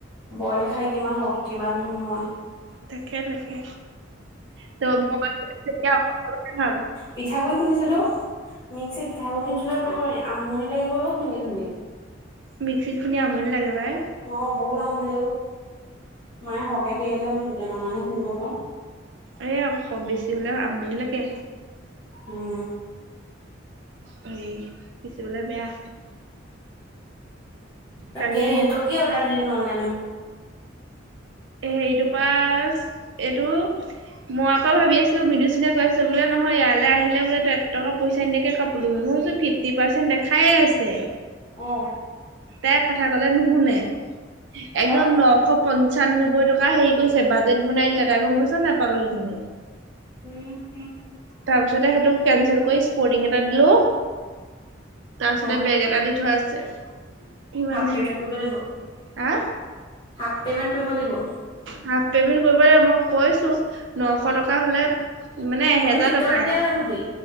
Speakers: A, on the left; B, on the right.
A: বইল খাই কিমান শক্তিবান হ মই
B: তাকে থাকে ত মই ভাব
A: পিঠাগুডৰি খুন্দিছিঁলো মিক্সিত পিঠাগু খুন্দিছিঁলো তোৰ আমনি লাগি গ'ল ও খুন্দি খুন্দি
B: মিক্সিত খিনি আমনি লাগে পাই
A: অ বহুত আমনি মায়ে সৰহকে তিয়াই দিলে মই দুটামান খুন্দিব পাওঁ।
B: এইয়া খুব বেছি হলে আমনি লাগে
A: উম
B: হ পিচিবলৈ বেয়া
A: তাকেহে
B: কালি
A: তই কি অৰ্ডাৰ দিলি নো অনলাইনত
B: হেৰিটো পৰা এইটো মই আকৌ ভাবি আছিলোঁ মন্দু চিনে কৈ আছে বোলে ইয়ালৈ আহিলে বোলে তই এটকা পইচা নিদিয়াকে কাপোৰো মই ফ্ৰিৰি ফিফটি পাৰ্চেন্ট দেখাইে আছে
A: অ
B: তাই কথা ক'লে নুশুনে
A: তাৰপা
B: একদম নশ প পচান্নব্বৈ টকা হেৰি কৰিছে বাজেট বনাই দিলে এই গম পাইছে নে পাগলীজনীয়ে
A: উম উম
B: তাৰ পিছতে সেইটো কেনচেল কৰি স্পৰ্টিং এটা দিলো তাৰ পিছতে
A: অ
B: বেগ এটা দি থোৱা আছে সিমানেহে
A: হাফ পেমেণ্ট কৰিব লাগিব
B: হা
A: হাফ পেমেণ্ট কৰিব লাগিব।
B: হাফ পেমেন্ট কৰিব লাগিব মই কৈছো, নশ টকা হ'লে মানে
A: তহঁতি
B: এহেজাৰ
A: তই কেতিয়া
B: টকাই আৰু
A: শুবি